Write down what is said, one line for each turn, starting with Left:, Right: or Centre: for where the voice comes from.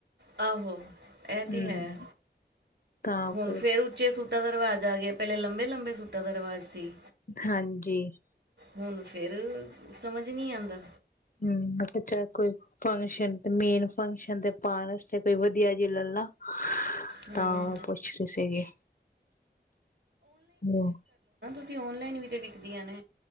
Right: ਆਹੋ ਇਹ ਤੇ
Left: ਹੂੰ
Right: ਹੈ
Left: ਤਾਂ
Right: ਹੁਣ
Left: ਫਿਰ
Right: ਫੇਰ ਉੱਚੇ ਸੁੱ ਸੂਟਾਂ ਦਾ ਰਿਵਾਜ ਆ ਗਿਆ ਪਹਿਲੇ ਲੰਬੇ ਲੰਬੇ ਸੱਟਾਂ ਦਾ ਵਾ ਸੀ
Left: ਹਾਂਜੀ
Right: ਹੁਣ ਫੇਰ ਸਮਝ ਨਹੀਂੀ ਆਉਂਦਾ
Left: ਮੈਂ ਕਿਹਾ ਚਲ ਮੇਨ ਫੰਕਸ਼ਨ ਤੇ ਪਾਉਣ ਵਸਤੇ ਕੋਈ ਵਧੀਆ ਜੀ ਲੈ ਲਾ
Right: ਹੂੰ
Left: ਤਾਂ ਪੁੱਛ ਰੀ ਸੀਗੀ ਹਮ
Right: ਅਸੀਂ ਔਨਲਾਈਨ ਵੀ ਤੇ ਵਿਕਦੀਆਂ ਨੇ